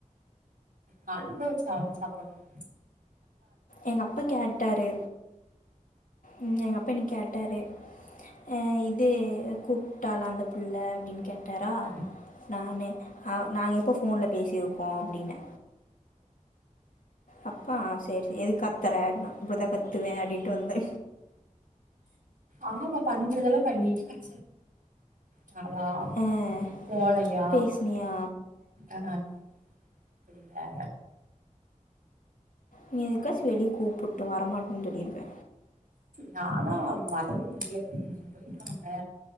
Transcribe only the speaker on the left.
எங்க அப்பா கேட்டாரு உம் எங்க அப்பா இன்னைக்கு கேட்டாரு அஹ் இது கூப்ட்டாலா அந்த புள்ள அப்டின்னு கேட் தரா
நானே அ வ நாங்க எப்போ போன்ல பேசிரு ப்போம் அப்டினு அப்பா சேரி எதுக் கத்தற அப்புதன் கத்துவேன் அப்படின்னு வந்து
அஹ்,
பேசுனியா
நீ எதுக்காச்சி வெளிய கூப்பிட்டு வரமாட் <unintelligible> தல்லிருவே